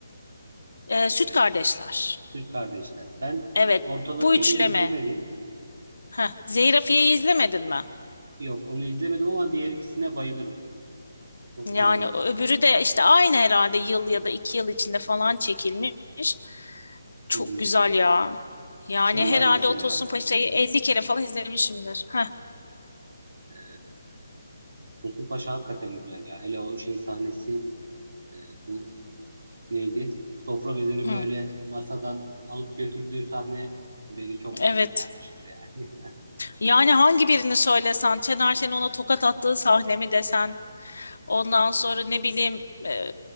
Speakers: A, on the left (about 85°); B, on the right (about 70°).
A: Ee, Süt
B: Ee,
A: Kardeşler.
B: Süt Kardeşler. Ben
A: Evet
B: ortadakini
A: bu üçleme.
B: izlemedim.
A: Heh, Zehir Afiye'yi izlemedin mi?
B: Yok, onu izlemedim ama diğer ikisine bayılırım. Çok
A: Yani
B: severim onları
A: öbürü
B: da.
A: de işte aynı herhalde yıl ya da iki yıl içinde falan çekilmiş. Çok
B: Hı hı.
A: güzel ya. Yani
B: Şey
A: herhalde
B: var mesela.
A: o Tosun Paşa'yı 50 kere falan izlemişimdir. Heh.
B: E, Tosun Paşa hakikaten güzel ya. Hele o şey sahnesi. e, bu neydi? Sofra bezini
A: Hı,
B: böyle masadan alıp götürdüğü sahne beni çok
A: evet.
B: şey yapmıştır yani.
A: Yani hangi birini söylesen, Şener Şen'in ona tokat attığı sahne mi desen, ondan sonra ne bileyim e,